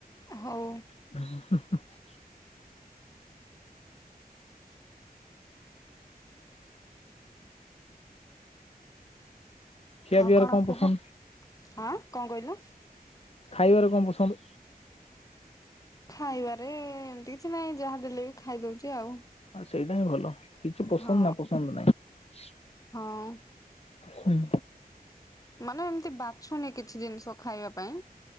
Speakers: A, on the left; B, on the left.
A: ହଉ।
B: ହଁଁ ଖିଆ
A: ହ
B: ପିଇବାରେ
A: କଣ କୁହ
B: ପସନ୍ଦ
A: ହଁ କଣ କହିଲ?
B: ଖାଇବାରେ କଣ ପସନ୍ଦ?
A: ଖାଇବାରେ ଏମିତି କିଛି ନାହିଁ ଯାହା ଦେଲେ ବି ଖାଇ ଦଉଛି ଆଉ।
B: ଆଉ ଏଇଟା ହିଁ ଭଲ କିଛି ପସନ୍ଦ
A: ହଁ
B: ନା ପସନ୍ଦ ନାହିଁ।
A: ହଁ
B: ହୁଁ
A: ମାନେ ଏମିତି ବାଛୁନି କିଛି ଜିନିଷ ଖାଇବା ପାଇଁ